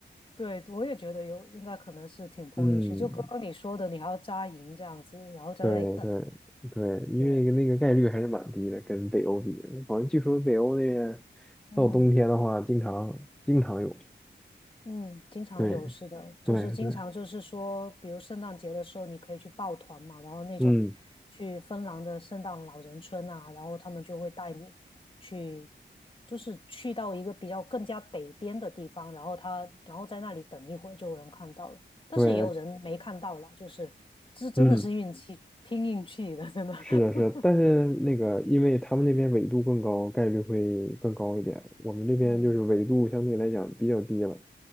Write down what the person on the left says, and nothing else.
对，我也觉得有，应该可能是挺碰运气。
就刚刚你说的，你还要扎营这样子，然后在那里等。
对，
嗯
嗯，经常有是的，
就是经常就是说，比如圣诞节的时候，你可以去抱团嘛，然后那种去芬兰的圣诞老人村啊，
然后他们就会带你去，就是去到一个比较更加北边的地方，然后他然后在那里等一会儿就能看到了，但是也有人没看到啦，
就是这真的是运气，
拼运气的，真的。<laughs>
嗯